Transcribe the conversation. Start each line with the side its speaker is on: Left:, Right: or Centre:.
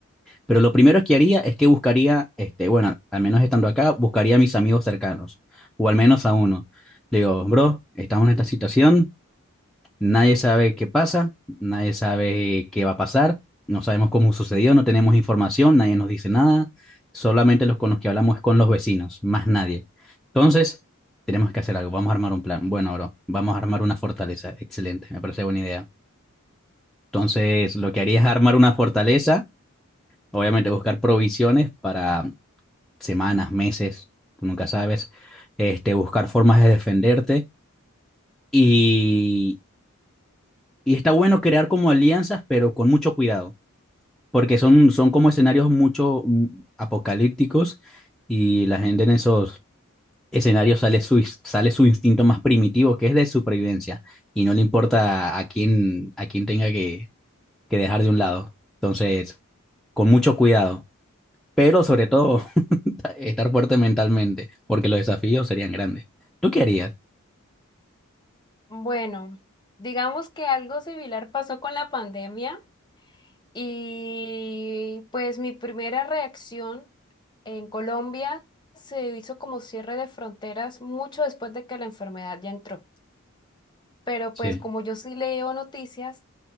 Centre: Pero lo primero que haría es que buscaría, este, bueno, al menos estando acá, buscaría a mis amigos cercanos, o al menos a uno. Le digo, bro, estamos en esta situación, nadie sabe qué pasa, nadie sabe qué va a pasar, no sabemos cómo sucedió, no tenemos información, nadie nos dice nada, solamente los con los que hablamos es con los vecinos, más nadie. Entonces, tenemos que hacer algo, vamos a armar un plan. Bueno, bro, vamos a armar una fortaleza, excelente, me parece buena idea. Entonces, lo que haría es armar una fortaleza obviamente buscar provisiones para semanas, meses, tú nunca sabes, este, buscar formas de defenderte y, y está bueno crear como alianzas, pero con mucho cuidado, porque son, son como escenarios mucho mm, apocalípticos y la gente en esos escenarios sale su, ins- sale su instinto más primitivo, que es de supervivencia, y no le importa a quién, a quién tenga que, que dejar de un lado. Entonces, con mucho cuidado, pero sobre todo <laughs> estar fuerte mentalmente, porque los desafíos serían grandes. ¿Tú qué harías?
Left: Bueno, digamos que algo similar pasó con la pandemia Y pues mi primera reacción en Colombia se hizo como cierre de fronteras mucho después de que la enfermedad ya entró. Pero
Centre: Sí.
Left: pues como yo sí leo noticias,